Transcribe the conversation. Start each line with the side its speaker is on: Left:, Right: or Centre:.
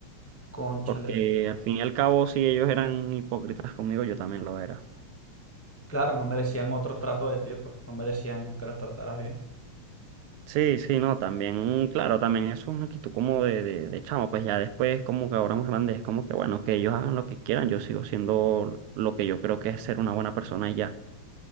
Centre: Cónchale.
Right: Porque al fin y al cabo, si ellos eran hipócritas conmigo, yo también lo era.
Centre: Claro, no merecían otro trato de ti, pues no merecían que las trataras bien.
Right: Sí, sí, no, también, claro, también es una actitud como de, de, de chamo, pues ya después, como que ahora más grande, es como que bueno, que ellos hagan lo que quieran, yo sigo siendo lo que yo creo que es ser una buena persona y ya,